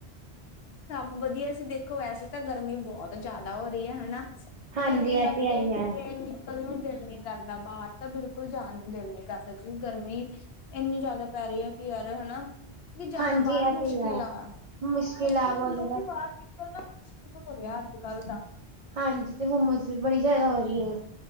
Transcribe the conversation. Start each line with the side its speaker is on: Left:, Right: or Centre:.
Left: ਸਭ ਵਧੀਆ ਸੀ, ਦੇਖੋ ਵੈਸੇ ਤਾਂ ਗਰਮੀ ਬਹੁਤ ਜ਼ਿਆਦਾ ਹੋ ਰਹੀ ਹੈ ਹਨਾ।
Right: ਹਾਂਜੀ
Left: ਗਰਮੀ
Right: ਇਹ
Left: ਕਰਕੇ
Right: ਤੇ ਹੈ ਹੀ
Left: ਕਿਤੇ
Right: ਹੈ,
Left: ਨਿਕਲ ਨੂੰ ਦਿਲ ਨੀ ਕਰਦਾ ਬਾਹਰ, ਤਾਂ ਬਿਲਕੁਲ ਜਾਣ ਨੂੰ ਦਿਲ ਨੀ ਕਰਦਾ, ਕਿਉਕਿ ਗਰਮੀ ਇੰਨੀ ਜ਼ਿਆਦਾ ਪੈ ਕਿ ਯਾਰ ਹਨਾ, ਕਿ ਜਾਣਾ
Right: ਹਾਂਜੀ
Left: ਬਾਹਰ
Right: ਇਹ
Left: ਮੁਸ਼ਕਿਲ
Right: ਤੇ ਹੈ,
Left: ਆ।
Right: ਮੁਸ਼ਕਿਲ
Left: ਪੱਖੇ
Right: ਆ ਬਹੁਤ
Left: ਥੱਲੋਂ
Right: ਜ਼ਿਆਦਾ।
Left: ਵੀ ਬਾਹਰ ਨਿਕਲਨਾ ਮੁਸ਼ਕਿਲ ਹੋ ਰਿਹਾ, ਅੱਜ- ਕੱਲ ਤਾਂ।
Right: ਹਾਂਜੀ, ਤੇ ਹੁਮਸ ਵੀ ਬੜੀ ਜਿਆਦਾ ਹੋ ਰਹੀ ਏ